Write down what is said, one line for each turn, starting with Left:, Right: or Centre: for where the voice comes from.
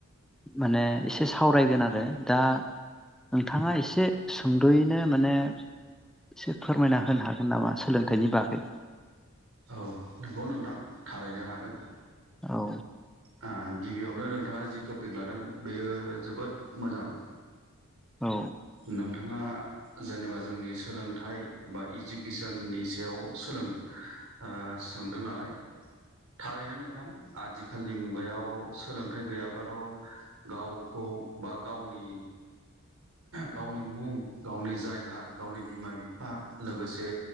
Centre: माने एसे सावरायगोन आरो दा नोंथाङा एसे सुंद'यैनो माने एसे फोरमायना होनो हागोन नामा सोलोंथाइनि बागै?
Right: औ नंगौ नोंथां थारैनो हागोन।
Centre: औ।
Right: आ गिबियावनो नोंथाङा जि टपिक लादों बेयो जोबोद मोजां।
Centre: औ।
Right: नोंथाङा जेनेबा जोंनि सोलोंथाइ बा इडुकेसननि सायाव सोलों ओ सोंदों नालाय थारैनो नोंथां आथिखालनि मुगायाव सोलोंथाइ गैयाब्लाथ' गावखौ बा गावनि गावनि मुं गावनि जायगा गावनि बिमा बिफा लोगोसे